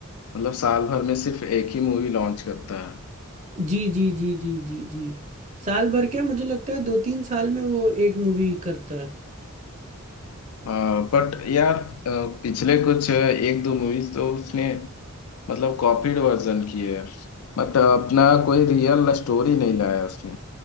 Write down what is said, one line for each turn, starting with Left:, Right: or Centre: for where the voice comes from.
Left: मतलब साल भर में सिर्फ एक ही मूवी लॉन्च करता है
Right: जी जी जी जी जी जी साल भर क्या मुझे लगता है दो तीन साल में वो एक मूवी करता है
Left: हाँ बट यार अ, पिछले कुछ एक दो मूवीज तो उसने मतलब कॉपीड वर्जन किए हैं मतलब अपना कोई रियल स्टोरी नहीं लाया उसने